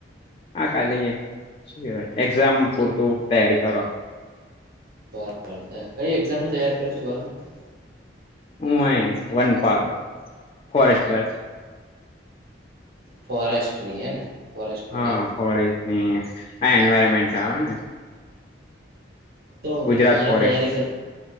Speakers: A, on the left (about 30°); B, on the right (about 55°).
A: હા કાલી શું કેવાય એક્ઝામ પૂરતું તૈયારી કરો.
B: બરોબર કઈ એક્ઝામ ન તૈયારી કર છું ગવર્મ
A: હું એ વનપાલ ફોરેસ્ટ ગાર્ડ
B: ફોરેસ્ટ ની હે ને ફોરેસ્ટ
A: હા
B: માટે આવે
A: પરેજની આ એન્વાયરમેન્ટ ના આવે ને
B: તો
A: ગુજરાત
B: મારે
A: ફોરેસ્ટ
B: તૈયારી ક